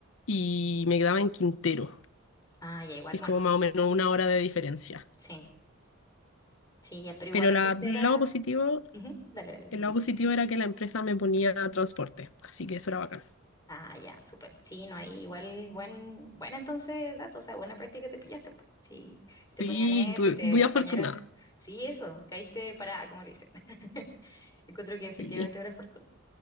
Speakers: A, on the left; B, on the left.
A: y me quedaba en Quintero,
B: Ah, ya, igual.
A: que
B: Bueno,
A: es como más o menos una hora de diferencia.
B: sí, sí, ya, pero igual
A: Pero
B: entonces
A: la- el
B: era...
A: lado positivo
B: Ujú. Dale, dale, disculpa.
A: El lado positivo era que la empresa me ponía transporte, así que eso era bacán.
B: Ah, ya, súper. Sí, no, hay igual buen, buena entonces datos, o sea, buena práctica te pillaste. po. Sí, si te
A: Sí,
B: ponían eso
A: tuve-
B: y te
A: muy
B: apañaron.
A: afortunada.
B: Sí, eso, caíste parada, como le dicen. <laughs> Encuentro que efectivamente
A: Sí.
B: era fortuna.